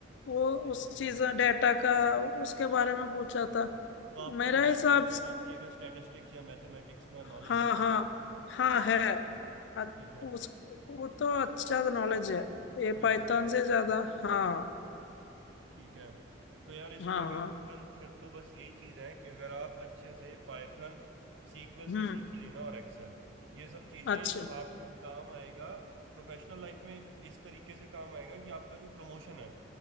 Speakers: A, on the left; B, on the right.
A: वो
B: हम्म
A: उस चीज डेटा का उसके बारे में पूछा था
B: तो आपको
A: मेरा
B: ये मैथ्स
A: हिसाब
B: वगैरह
A: से-
B: आती है क्या स्टैटिस्टिक्स या मैथमेटिक्स में नॉलेज
A: हाँ
B: है
A: हाँ
B: क्या
A: हाँ है अ-
B: ठीक है हम्म
A: उस वो तो अच्छा नॉलेज है ये
B: हम्म
A: पाइथन से ज्यादा हाँ
B: ठीक है तो यार इसमें
A: हाँ
B: अगर
A: हाँ
B: फिर फिर तो बस यही चीज़ है कि अगर आप अच्छे से पाइथन सीक्वल
A: हम्म
B: भी सीख ही लेना और एक्सेल ये सब चीज़ें
A: अच्छा
B: आपको काम आएगा प्रोफेशनल लाइफ में इस तरीके से काम आएगा कि आपका जो प्रमोशन है